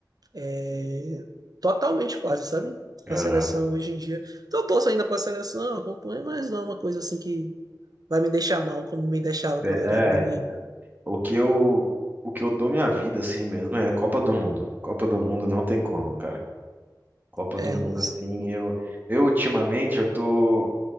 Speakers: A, on the right; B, on the right.
A: é, totalmente quase, sabe? Com
B: Aham.
A: a seleção hoje em dia. Então eu torço ainda pra seleção, acompanho, mas não é uma coisa assim que vai me deixar mal como me deixava
B: É,
A: quando eu era menino.
B: é, o que eu o que eu dou minha vida assim mesmo é Copa do Mundo. Copa do Mundo não tem como, cara. Copa
A: É,
B: do Mundo
A: os-
B: assim, eu eu ultimamente eu tô